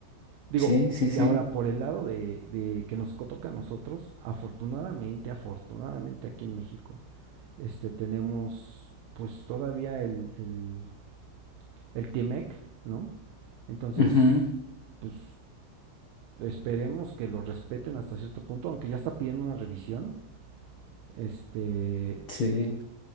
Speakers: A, on the right; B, on the left.
A: Digo,
B: sí, sí, sí,
A: y ahora por el lado de, de que nos toca a nosotros, afortunadamente, afortunadamente aquí en México, este tenemos pues todavía el, el, el TIEMEC, ¿no? Entonces,
B: ujú,
A: pues esperemos que lo respeten hasta cierto punto, aunque ya está pidiendo una revisión, este
B: sí.